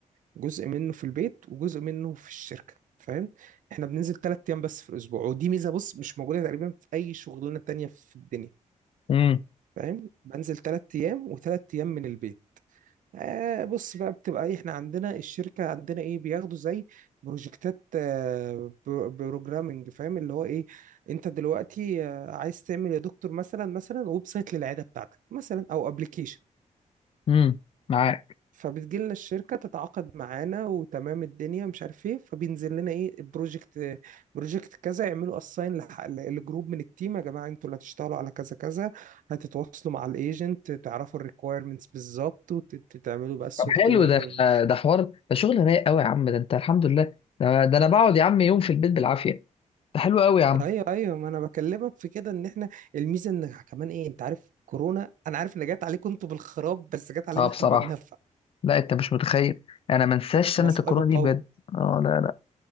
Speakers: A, on the right; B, on the left.
A: جزء منه في البيت وجزء منه في الشركة فاهم احنا بننزل ثلاث ايام بس في الاسبوع ودي ميزة بص مش موجودة تقريبا في اي شغلانة تانية في الدنيا
B: امم
A: فاهم بنزل ثلاث ايام وثلاث ايام من البيت آه بص بقى بتبقى ايه احنا عندنا الشركة عندنا ايه بياخدوا زي بروجكتات آه بروجرامنج فاهم اللي هو ايه انت دلوقتي آه عايز تعمل يا دكتور مثلا مثلا ويب سايت للعيادة بتاعتك مثلا او ابلكيشن
B: امم معاك
A: فبتجي لنا الشركة تتعاقد معانا وتمام الدنيا مش عارف ايه فبينزل لنا ايه البروجكت بروجكت كذا يعملوا اساين لجروب من التيم يا جماعة انتوا اللي هتشتغلوا على كذا كذا هتتواصلوا مع الايجنت تعرفوا الريكويرمنتس بالظبط وتعملوا بقى السوفت
B: طب حلو
A: وير
B: ده ده حوار ده شغل رايق قوي يا عم ده انت الحمد لله ده, ده انا بقعد يا عم يوم في البيت بالعافيه ده حلو قوي يا عم
A: ايوه ايوه ما انا بكلمك في كده ان احنا الميزة ان كمان ايه انت عارف كورونا انا عارف ان جت عليكم انتوا بالخراب بس جت علينا
B: اه بصراحه
A: احنا بالنفع
B: لا انت مش متخيل انا ما انساش
A: مصائب
B: سنه الكورونا
A: القوم
B: دي بجد اه لا لا